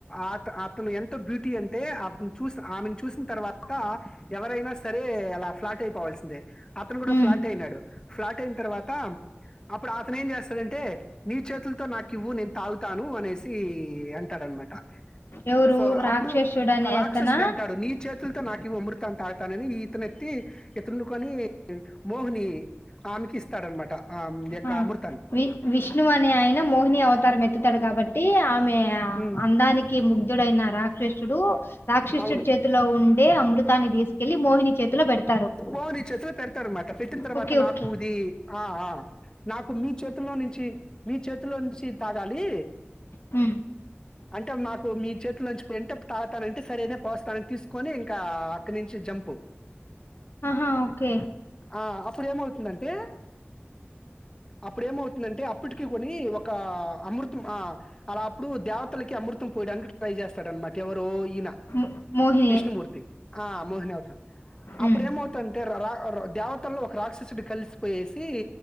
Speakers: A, on the left (about 20°); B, on the left (about 60°).
A: ఆత్ అతను ఎంతో బ్యూటీ అంటే అతను చూసి ఆమెన్ చూసిన తర్వాత్ వక్కా ఎవరైనా సరే అలా ఫ్లాట్ అయిపోవాల్సిందే అతను కూడా
B: ఉమ్
A: ఫ్లాట్ అయినాడు. ఫ్లాట్ ఎన్ తర్వాత అప్పుడు అతను ఏం చేస్తాడంటే, నీ చేతులతో నాకు ఇవ్వు నేను తాగుతాను. అనేసి సి అంటాడు అనమాట
B: ఎవరు
A: సో
B: రాక్షసుడు
A: అప్పుడు
B: అనే
A: ఆ రాక్షసుడు
B: అతన
A: అంటాడు. నీ చేతుల్ తో నాకివు అమృత తాగుతానని ఇతనేతి ఇంతుండుకొని మోహిని ఆమెకి ఇస్తాడనమాట ఆమ్ యెక్క
B: ఆ
A: అమృ
B: వి విష్ణు అనే ఆయన మోహిని అవతారం ఎత్తుతాడు కాబట్టి ఆ ఆమె
A: ఉమ్.
B: అందానికి ముగ్ దుడైనా రాక్షసుడు. రాక్షసుడు
A: అవును
B: చేతిలో ఉండే అమృతాన్ని తీసుకెళ్లి మోహిని చేతిలో బెడత్
A: ఓ నీ చేతిలో పెడతాడ్ అనమాట పెట్టిన తర్వాత
B: ఓకే
A: నాకుది
B: ఓకే
A: ఆ ఆ నాకు మీ చేతిలో నుంచి మీ చేతిలో నుంచి తాగాలి
B: హు్
A: అంటే మాకు మీ చేత్ ఇట్లాచ్ పెట్టాప్ తాగుతానంటే సరేనే పోస్తాన్ అని తీసుకొని ఇంకా అక్కడి నుంచి జంపు.
B: ఆహా ఓకే
A: ఆ అప్పుడు ఏమవుతుందంటే అప్పుడ ఏమవుతుందంటే అప్పటికి కొని ఒక అమృతం ఆ అలా అప్పుడు దేవతలకి అమృతం పోయడానికి ట్రై జేస్తాడన్నమాట ఎవరో ఈనా
B: మో మోహిని
A: విష్ణుమూర్తి ఆ మోహని అవతర్ అప్పుడు
B: ఉమ్
A: ఏమవుతంటే రార్ దేవతల్లో ఒక రాక్షసుడు, కలిసిపోయేసి